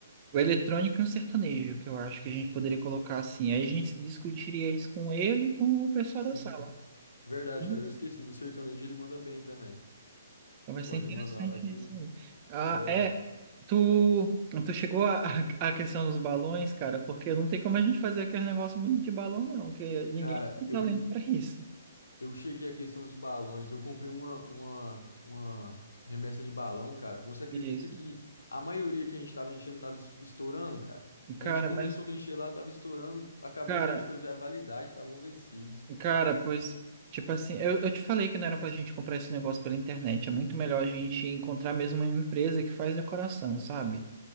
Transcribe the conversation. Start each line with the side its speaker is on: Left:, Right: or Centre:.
Right: O eletrônico e um sertanejo, que eu acho que a gente poderia colocar assim. Aí a gente discutiria isso com ele e com o pessoal
Left: Sim.
Right: da sala.
Left: Verdade,
Right: né?
Left: cara, eu esqueci. No sertanejo ele manda bem também.
Right: Então vai
Left: Pode
Right: ser interessante
Left: mandar lá que,
Right: isso
Left: o-
Right: aí. Ah,
Left: que ele é
Right: é.
Left: bom.
Right: Tu, tu chegou à à- à questão dos balões, cara, porque não tem como a gente fazer aquele negócio bonito de balão, não, porque ninguém
Left: Cara,
Right: tem talento
Left: eu,
Right: pra isso.
Left: Eu chequei a questão dos balões. Eu comprei uma, uma, uma remessa de balão, cara. Você acredita
Right: Isso.
Left: que a maioria que a gente tava enchendo tava es- estourando, cara?
Right: Cara,
Left: A gente começou
Right: mas,
Left: a encher lá, tava estourando. Acabou
Right: cara,
Left: que a gente foi ver a validade, estavam vencidos.
Right: cara, pois, tipo assim, eu, eu te falei que não era pra gente comprar esse negócio pela internet. É muito melhor a gente encontrar mesmo uma empresa que faz decoração, sabe?